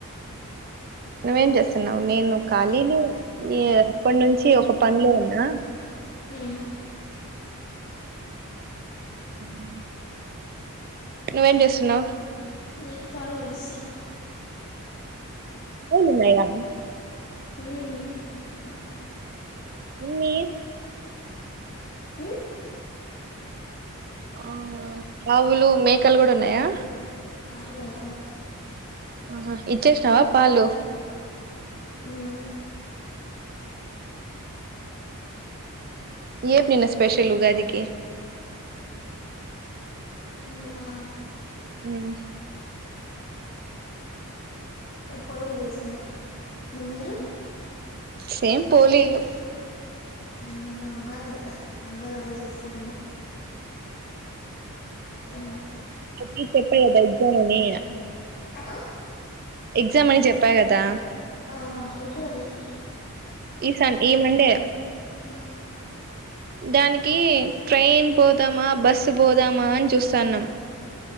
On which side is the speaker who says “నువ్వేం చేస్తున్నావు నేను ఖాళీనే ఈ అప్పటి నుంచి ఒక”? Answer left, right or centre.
Right